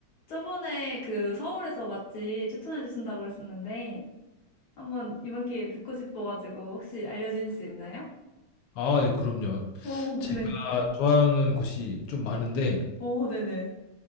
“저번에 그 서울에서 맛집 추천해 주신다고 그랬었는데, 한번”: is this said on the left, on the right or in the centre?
Left